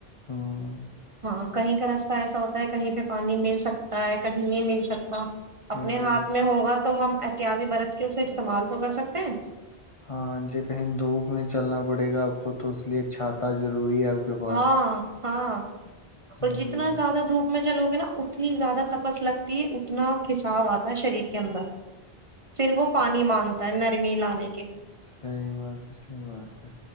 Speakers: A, on the left; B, on the right.
A: ہاں
B: ہاں کہیں کا رستہ ایسا ہوتا ہے کہیں پہ پانی مل سکتا ہے کہیں نہیں مل سکتا اپنے
A: اور
B: ہاتھ میں ہوگا تو ہم احتیاطی برت کے اسے استعمال تو کر سکتے ہیں
A: ہاں جی کہیں دھوپ میں چلنا پڑے گا آپ کو تو اس لیے چھاتا ضرور ضروری ہے آپ کے پاس
B: ہاں ہاں
A: ہوں
B: اور جتنا
A: یہ بات-
B: زیادہ دپ ج لوگے نا اتنی زیادہ تپس لگتی ہے اتنا کچاو آتا ہے شریر کے اندر پھر وہ پانی مانگتا تر م لان
A: صحی بات ہے صحیح بات ہے